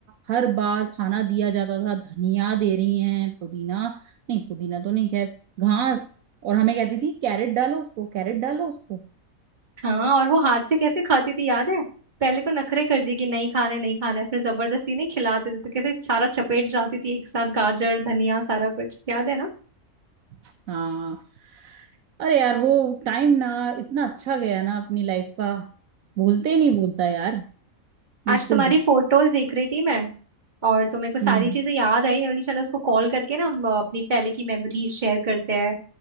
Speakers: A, on the right; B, on the right.
A: हर बार खाना दिया जाता था धनिया दे रही हैं पुदीना नहीं पुदीना तो नहीं खैर घास और हमें कहती थी कैरेट डालो उसको कैरेट डालो उसको
B: हाँ और वो हाथ से कैसे खाती थी याद है पहले तो नखरे करती कि नहीं खाना है नहीं खाना है फिर जबरदस्ती नहीं खिलाते थे तो कैसे सारा चपेट जाती थी एक साथ गाजर धनिया सारा कुछ याद है ना
A: हाँ अरे यार वो टाइम ना इतना अच्छा गया ना अपनी लाइफ का भूलते ही नहीं भूलता यार बिल्कुल
B: आज तुम्हारी
A: भी
B: फोटोज देख रही थी मैं और तो मेरे को सारी
A: हम्म
B: चीजें याद आई मैं बोली चलो उसको कॉल करके ना हम अ, अपनी पहले की मेमोरीज शेयर करते हैं